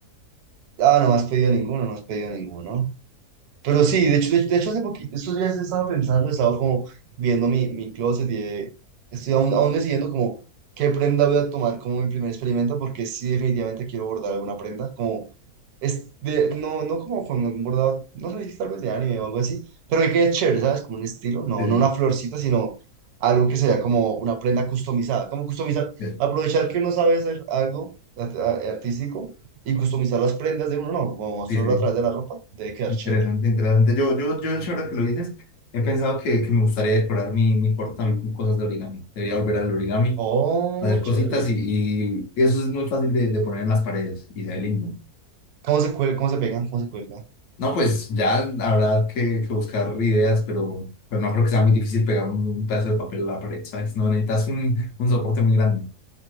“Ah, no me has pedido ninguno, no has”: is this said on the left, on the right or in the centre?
Right